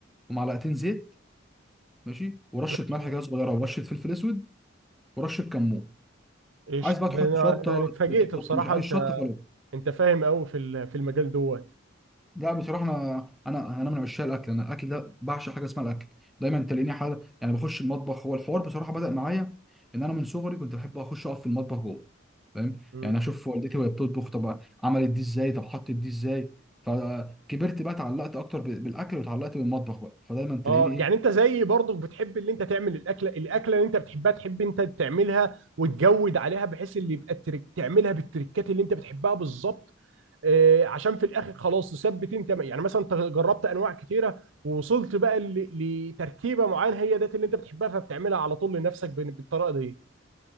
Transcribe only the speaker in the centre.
ومعلقتين زيت ماشي ورشه
ملح كده صغيره ورشه فلفل اسود ورشه كمون
عايز بقى
تحط
شطه
تحط
مش عايز
شطه خلاص
لا بصراحة أنا أنا أنا من عشاق الأكل، أنا الأكل ده بعشق حاجة اسمها الأكل، دايما تلاقيني حاجة يعني بخش المطبخ هو الحوار بصراحة بدأ معايا إن أنا من صغري كنت بحب أخش أقف في المطبخ جوه، فاهم؟
يعني أشوف والدتي وهي بتطبخ طب عملت دي إزاي؟ طب حطت دي إزاي؟ فكبرت بقى اتعلقت أكتر ب- بالأكل واتعلقت بالمطبخ بقى، فدايما تلاقيني
إيه